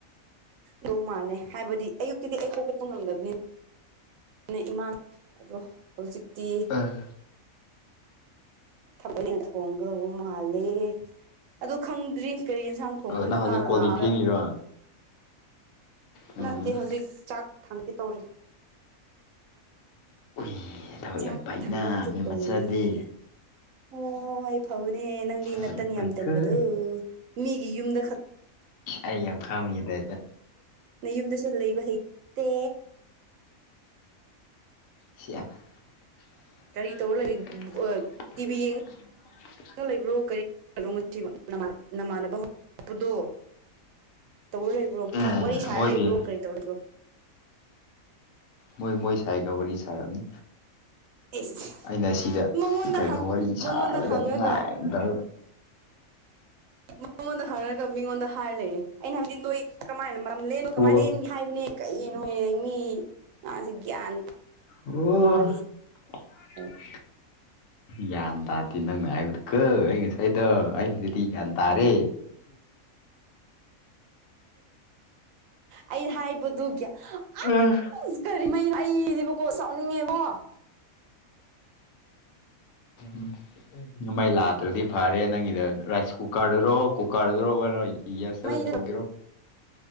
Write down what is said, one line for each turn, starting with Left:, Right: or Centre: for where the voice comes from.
Right: ꯂꯧꯧ ꯃꯥꯜꯂꯦ ꯍꯥꯏꯕꯗꯤ ꯑꯌꯨꯛꯇꯤꯗꯤ ꯑꯩ ꯍꯧꯒꯠꯄ ꯉꯝꯗꯕꯅꯤ ꯑꯩꯅ ꯏꯃꯥꯟ ꯑꯗꯣ ꯍꯧꯖꯤꯛꯇꯤ
Left: ꯑꯥ
Right: ꯊꯕꯜꯅ ꯊꯣꯡꯒꯗꯧꯕ ꯃꯥꯜꯂꯦ ꯑꯣ ꯈꯪꯗ꯭ꯔꯤ ꯀꯔꯤꯒꯤ ꯏꯟꯁꯥꯡ ꯊꯣꯡꯗꯅ
Left: ꯅꯪ ꯍꯧꯖꯤꯛ
Right: ꯃꯥꯜ
Left: ꯀꯣꯜ
Right: ꯂꯔ
Left: ꯂꯤꯛ ꯐꯦꯡꯉꯤꯔꯣ ꯎꯝ
Right: ꯅꯠꯇꯦ ꯍꯧꯖꯤꯛ ꯆꯥꯛ ꯊꯥꯡꯒꯦ ꯇꯧꯔꯤ
Left: ꯎꯏ ꯊꯕꯛ
Right: ꯆꯥꯛ
Left: ꯌꯥꯝ ꯐꯩꯅ
Right: ꯊꯥꯡꯒꯠꯀꯦ
Left: ꯃꯤ
Right: ꯇꯧꯔꯤꯌꯦ
Left: ꯃꯆꯥꯗꯤ
Right: ꯍꯣꯏ ꯐꯧꯅꯦ ꯅꯪꯗꯤ
Left: ꯊꯕꯛ
Right: ꯅꯥꯇꯟ
Left: ꯐꯩꯀꯣ
Right: ꯌꯥꯝ ꯇꯟꯕꯗꯨ ꯃꯤꯒꯤ ꯌꯨꯝꯗ ꯈꯛ
Left: ꯑꯩ ꯌꯥꯝ ꯈꯪꯉꯤ ꯑꯗꯨꯗꯥꯏꯗ
Right: ꯅ ꯌꯨꯝꯗꯁꯨ ꯂꯩꯕ ꯍꯩꯇꯦ
Left: ꯏꯃ
Right: ꯀꯔꯤ ꯇꯧꯔ ꯂꯩ
Left: ꯊ
Right: ꯇꯤꯚꯤ ꯌꯦꯡ ꯂꯩꯕ꯭ꯔꯣ ꯀꯔꯤꯣꯁꯤ ꯅꯃꯥꯟꯅꯕ ꯍꯧꯔꯄꯗꯣ ꯇꯧꯔ ꯂꯩꯕ꯭ꯔꯣ
Left: ꯎꯝ
Right: ꯋꯥꯔꯤ ꯁꯥꯔ
Left: ꯃꯣꯏꯗꯤ
Right: ꯂꯩꯕ꯭ꯔꯣ ꯀꯔꯤ ꯇꯧꯔꯤꯕ꯭ꯔꯣ
Left: ꯃꯣꯏ ꯃꯣꯏ ꯁꯥꯏꯒ ꯋꯥꯔꯤ ꯁꯔꯅꯤ
Right: ꯑꯦꯁ
Left: ꯑꯩꯅ ꯁꯤꯗ
Right: ꯃꯉꯣꯟꯗ
Left: ꯀꯩꯅꯣ
Right: ꯍꯪ
Left: ꯋꯥꯔꯤ
Right: ꯃꯉꯣꯟꯗ
Left: ꯁꯥꯔꯒ
Right: ꯍꯪꯉꯒ
Left: ꯅꯨꯡꯉꯥꯏꯝꯗ
Right: ꯃꯉꯣꯟꯗ ꯍꯥꯏꯪꯅꯔꯒ ꯃꯤꯉꯣꯟꯗ ꯍꯥꯏꯔ ꯂꯩꯔꯦ ꯑꯩꯅ ꯍꯥꯏꯕꯗꯤ ꯅꯣꯏ ꯀꯃꯥꯏꯅ ꯃꯔꯝ ꯂꯦꯟꯕꯣ
Left: ꯑꯣ
Right: ꯀꯃꯥꯏꯅ ꯂꯦꯟꯒꯦ ꯍꯥꯏꯕꯅꯦ ꯀꯔꯤꯒꯤꯅꯣ ꯌꯦꯡꯉꯁꯤ ꯒ꯭ꯌꯥꯟ
Left: ꯑꯣ
Right: ꯇꯥꯗꯦ <inaudible>
Left: ꯒ꯭ꯌꯥꯟ ꯇꯥꯗꯦ ꯅꯪꯅ ꯍꯥꯏꯕꯗꯨ ꯀꯛ ꯑꯩ ꯉꯁꯥꯏꯗꯣ ꯑꯩꯕꯨꯖꯤꯗꯤ ꯒ꯭ꯌꯥꯟ ꯇꯥꯔꯦ
Right: ꯑꯩ ꯍꯥꯏꯕꯗꯨꯒꯤ ꯑꯁ
Left: ꯑ
Right: ꯀꯔꯤꯃꯣ ꯑꯩꯗꯤꯕꯀꯣ ꯁꯥꯎꯅꯤꯡꯉꯦꯕꯣ
Left: ꯃꯦ ꯅꯣꯡꯃꯩ ꯂꯥꯇ꯭ꯔꯗꯤ ꯐꯔꯦ ꯅꯪꯒꯤꯗ ꯔꯥꯏꯁ ꯀꯨꯀꯔꯗꯨꯔꯣ ꯀꯨꯀꯔꯗꯨꯔꯣ ꯑꯣꯏꯔꯣ ꯌꯥꯁꯇꯕꯅ
Right: ꯃꯩꯗ
Left: ꯊꯣꯡꯒꯦꯔꯣ